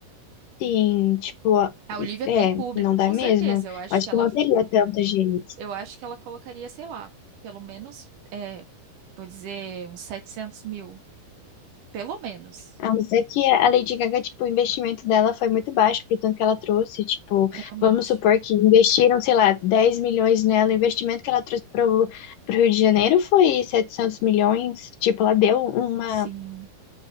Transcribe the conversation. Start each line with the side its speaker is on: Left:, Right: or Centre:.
Left: Sim, tipo,
Right: A Olivia
Left: É,
Right: tem público,
Left: não dá
Right: com
Left: mesmo.
Right: certeza. Eu acho
Left: Acho
Right: que
Left: que
Right: ela,
Left: não teria tanta gente.
Right: eu acho que ela colocaria, sei lá, pelo menos, é, vou dizer, uns 700 mil. Pelo menos,
Left: A não ser que a Lady Gaga, tipo, o investimento dela foi muito baixo, pro tanto que ela trouxe. Tipo,
Right: realmente.
Left: vamos supor que investiram, sei lá, 10 milhões nela. O investimento que ela trouxe pro, pro Rio de Janeiro foi 700 milhões. Tipo, ela deu uma.
Right: Sim.